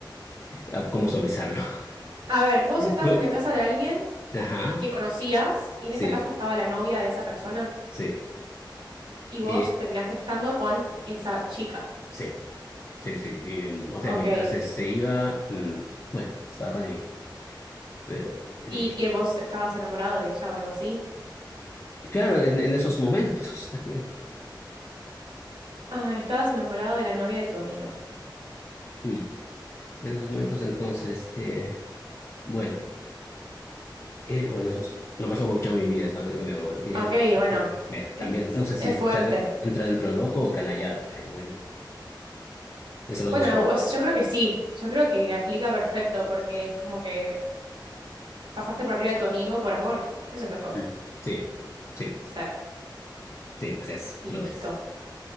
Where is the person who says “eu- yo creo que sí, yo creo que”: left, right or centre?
Right